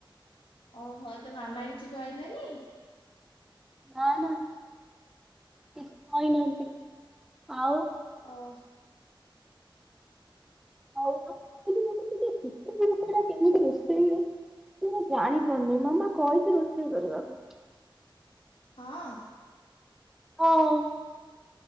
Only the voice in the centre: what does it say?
ନା ନା କିଛି କହିନାହାନ୍ତି ଆଉ।
ଆଉ ଆଣ କହିଲେ ମୁଁ <unintelligible> କେମିତି ରୋଷେଇ ହୁଏ ମୁ ଜାଣିପାରୁନି ମାମା କହିଛି ରୋଷେଇ କରିବାକୁ
ହଁ।